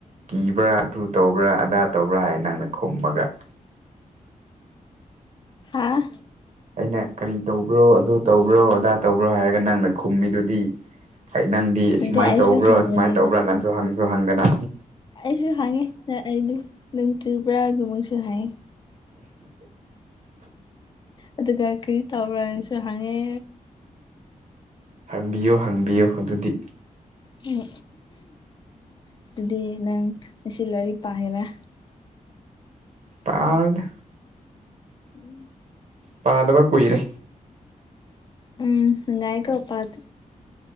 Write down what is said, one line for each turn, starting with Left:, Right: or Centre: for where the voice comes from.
Right: ꯀꯤꯕ꯭ꯔꯥ ꯑꯗꯨ ꯇꯧꯕ꯭ꯔꯥ ꯑꯗꯥ ꯇꯧꯕ꯭ꯔꯥ ꯍꯥꯏ ꯅꯪꯅ ꯈꯨꯝꯃꯒ
Left: ꯍꯥꯥ
Right: ꯑꯩꯅ ꯀꯔꯤ ꯇꯧꯕ꯭ꯔꯣ ꯑꯗꯨ ꯇꯧꯕ꯭ꯔꯣ ꯑꯗꯥ ꯇꯧꯕ꯭ꯔꯣ ꯍꯥꯏꯔꯒ ꯅꯪꯅ ꯈꯨꯝꯃꯤꯗꯨꯗꯤ ꯑꯩ ꯅꯪꯗꯤ
Left: ꯅꯠꯇꯦ
Right: ꯁꯨꯃꯥꯏꯅ
Left: ꯑꯩꯁꯨ
Right: ꯇꯧꯕ꯭ꯔꯣ
Left: ꯍꯥꯡꯕꯅꯤ
Right: ꯁꯨꯃꯥꯏꯅ ꯇꯧꯕ꯭ꯔꯥ
Left: ꯅꯪꯕꯨ
Right: ꯅꯁꯨ ꯍꯪꯁꯨ ꯍꯪꯗꯅ
Left: ꯑꯩꯁꯨ ꯍꯥꯡꯉꯦ ꯑꯩ ꯅ ꯅꯨꯡ ꯆꯨꯕ꯭ꯔꯥꯒꯨꯝꯕꯁꯨ ꯍꯥꯏꯌꯦ ꯑꯗꯨꯒ ꯀꯔꯤ ꯇꯧꯕꯅꯁꯨ ꯍꯪꯉꯦ
Right: ꯍꯥꯡꯕꯤꯌꯨ ꯍꯥꯡꯕꯤꯌꯨ ꯑꯗꯨꯗꯤ
Left: ꯎꯝ ꯑꯗꯨꯗꯤ ꯅꯪ ꯉꯁꯤ ꯂꯥꯏꯔꯤꯛ ꯄꯥꯔꯤꯔꯥ
Right: ꯄꯥꯔꯦꯗ
Left: ꯎꯝ
Right: ꯄꯥꯗꯕ ꯀꯨꯏꯔꯦ
Left: ꯎꯝ ꯅꯨꯡꯉꯥꯏ ꯀꯣ ꯄꯥꯗ